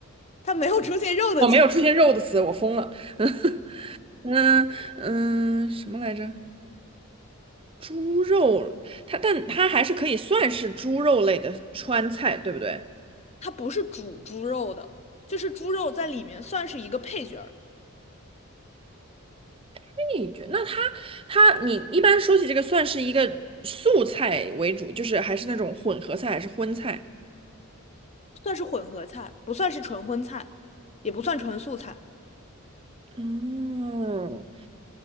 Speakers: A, on the left; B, on the right.
A: 它没有出现肉的词儿。
B: 哦，没有出现肉的词，我疯了。<laughs> 那嗯，什么来着？猪肉，它但它还是可以算是猪肉类的川菜，对不对？
A: 它不是煮猪肉的，就是猪肉在里面算是一个配角儿，
B: 那觉那它它你一般说起这个，算是一个素菜为主，就是还是那种混合菜还是荤菜？
A: 算是混合菜，不算是纯荤菜，也不算纯素菜。
B: 嗯，